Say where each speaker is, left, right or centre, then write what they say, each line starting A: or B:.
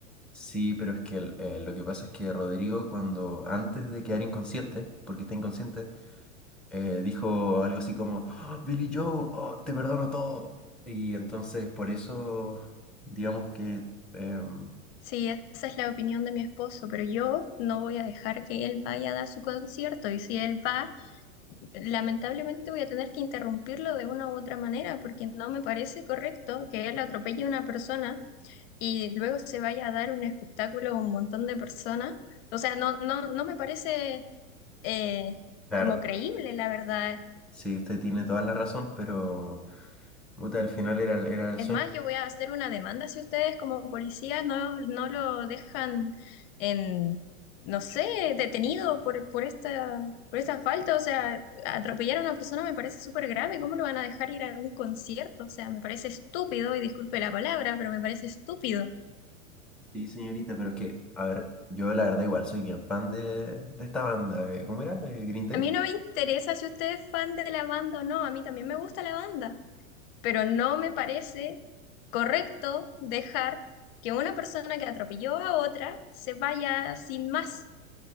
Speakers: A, in the centre; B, on the left.
A: Sí, pero es que el- eh, lo que pasa es que Rodrigo, cuando antes de quedar inconsciente, porque está inconsciente, eh, dijo algo así como, "Ah, Billy Joe, oh, te perdono todo. Y entonces por eso, digamos que, em,
B: Sí, esa es la opinión de mi esposo, pero yo no voy a dejar que él vaya a dar su concierto y si él va... lamentablemente voy a tener que interrumpirlo de una u otra manera porque no me parece correcto que él atropelle a una persona y luego se vaya a dar un espectáculo a un montón de personas. O sea, no, no, no me parece eh,
A: claro,
B: como creíble, la verdad.
A: sí, usted tiene toda la razón, pero... Puta, al final era, el- era el
B: Es
A: sueño.
B: más, yo voy a hacer una demanda si ustedes como policías no, no lo dejan en, no sé, detenido por, por esta, por esta falta. O sea, atropellar a una persona me parece súper grave. ¿Cómo lo van a dejar ir a un concierto? O sea, me parece estúpido, y disculpe la palabra, pero me parece estúpido.
A: Sí, señorita, pero es que, a ver, yo la verdad igual soy bien fan de, de esta banda. eh, ¿Cómo era? Eh, ¿Green Day?
B: A mí no me interesa si usted es fan de la banda o no, a mí también me gusta la banda, pero no me parece correcto dejar que una persona que atropelló a otra se vaya sin más.